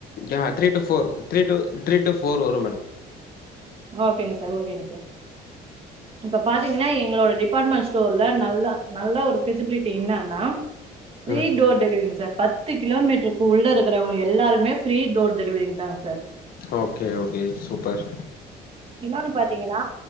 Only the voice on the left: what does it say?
யா three to four three to three to four வரும் மேடம்
ம்
ஓகே ஓகே சூப்பர்